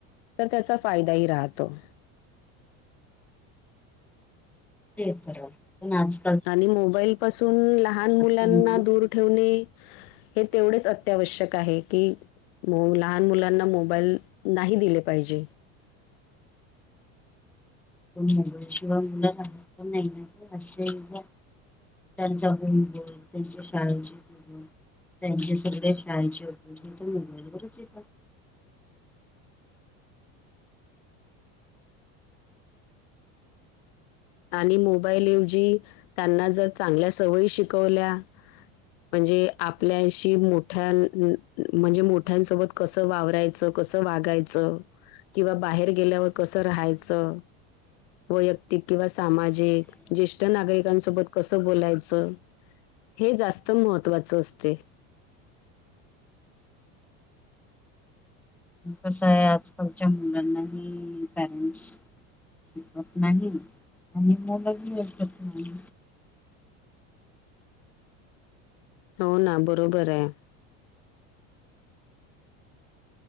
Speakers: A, on the left; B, in the centre.
A: तर त्याचा फायदाही राहतो.
B: ते तर. आज
A: आणि मोबाईल पासून लहान मुलांना
B: नाही ना.
A: दूर ठेवणे हे तेवढेच अत्यावश्यक आहे की म लहान मुलांना मोबाईल नाही दिले पाहिजे.
B: <unintelligible> त्यांचा ग त्यांच्या शाळांची त्यांचे सगळे खेळाचे उपयोग तर मोबाईल वरच येतात.
A: आणि मोबाईलऐवजी त्यांना जर चांगल्या सवयी शिकवल्या म्हणजे आपल्याशी, मोठ्या, म्हणजे मोठ्यांसोबत कसं वावरायचं? कसं वागायचं? किंवा बाहेर गेल्यावर कसं राहायचं? वैय किंवा सामाजिक जे नागरिकांसोबत कसं बोलायचं? हे जास्त महत्त्वाचं असते.
B: कसं आहे आजकालच्या मुलांनाही पॅरेंट्स शिकत नाही, आणि मुल ही ऐकत नाही
A: हो ना बरोबर आहे.